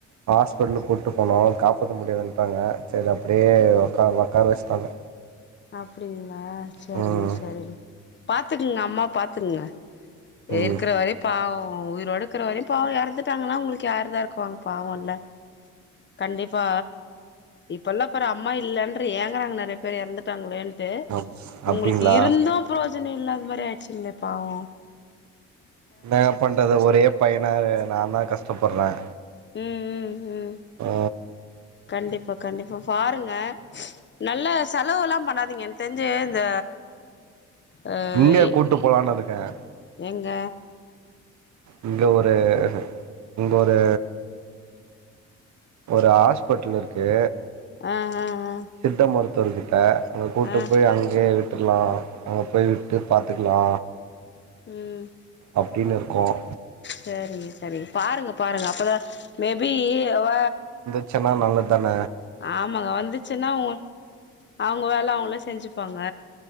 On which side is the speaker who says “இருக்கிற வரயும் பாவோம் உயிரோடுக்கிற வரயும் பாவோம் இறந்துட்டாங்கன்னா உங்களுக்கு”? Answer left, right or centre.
Left